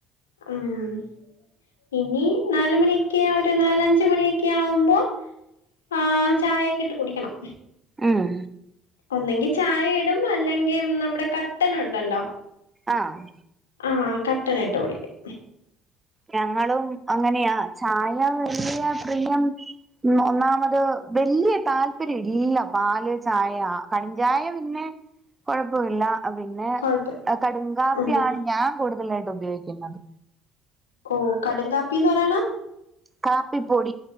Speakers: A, on the left; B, on the right.
A: ആഹ ഇനി നാലുമണിയൊക്കെ ഒരു നാലഞ്ച മണിയൊക്കെ ആവുമ്പോ ആഹ ചായയൊക്കെ ഇട്ട് കുടിക്കണം
B: ആഹ്
A: ഒന്നെങ്കി ചായ ഇടും അല്ലെങ്കിൽ നമ്മുടെ കട്ടന ഉണ്ടല്ലോ
B: ആഹ്
A: ആഹ് കട്ടനിട്ട് കുടിക്കും
B: ഞങ്ങളും അങ്ങനെയാ ചായ വലിയ പ്രിയം ഉം ഒന്നാമത് വലിയ താല്പര്യം ഇല്ല പാല് ചായ കടുംചായ പിന്നെ കൊഴപ്പമില്ല പിന്നെ
A: കൊഴപ്പ
B: കടുങ്കാപ്പിയാണ്
A: ഉം
B: ഞാൻ കൂടുതലായിട്ട് ഉപയോഗിക്കുന്നത്
A: ഓ കടുങ്കാപ്പിന്ന് പറയണ
B: കാപ്പി പൊടി